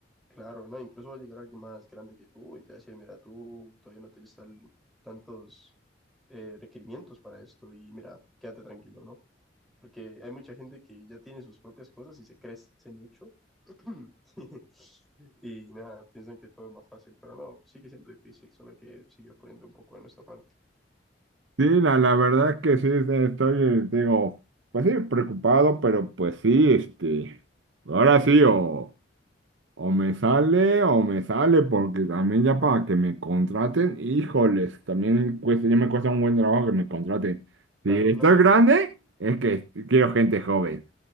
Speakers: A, in the centre; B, on the right.
A: Claro, ¿no? Incluso va a llegar alguien más grande que tú y te va a decir, mira, tú todavía no tienes tal- tantos eh, requerimientos para esto y mira, quédate tranquilo, ¿no? Porque hay mucha gente que ya tiene sus propias cosas y se crece mucho <clears throat> y nada, piensan que todo es más fácil, pero no, sigue siendo difícil, solo hay que seguir poniendo un poco de nuestra parte.
B: Sí, la, la verdad que sí, este, estoy, eh, digo, pues sí, preocupado, pero pues sí, este, ahora sí, o, o me sale o me sale, porque también ya para que me contraten, híjoles, también cuesta, ya me cuesta un buen trabajo que me contraten.
A: Claro,
B: Si estoy
A: no, y ahorita,
B: grande, es que quiero gente joven,